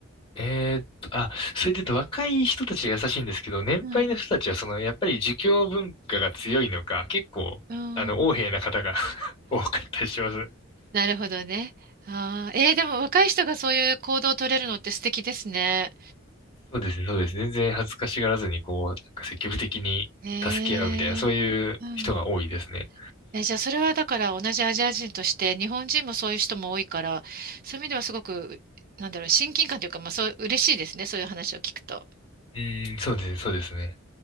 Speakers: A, on the left; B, on the right.
A: えーっと、あ、それで言うと若い人たちが優しいんですけど、年配の人たちはそのやっぱり儒教文化が強いのか、
B: うん。
A: 結構、
B: うん。
A: あの、横柄な方が <laughs> 多かったりします。
B: なるほどね。あー、えー、でも若い人がそういう行動を取れるのって素敵ですね。
A: そうですね、そうです。全然恥ずかしがらずに、こう、なんか積極的に助け合うみたいな、
B: ええ、
A: そういう人が多いですね。
B: うん。え、じゃあそれはだから同じアジア人として日本人もそういう人も多いからそういう意味ではすごくなんだろう親近感というか、まあ、そう嬉しいですねそういう話を聞くと。
A: うーん、そうですね、そうですね。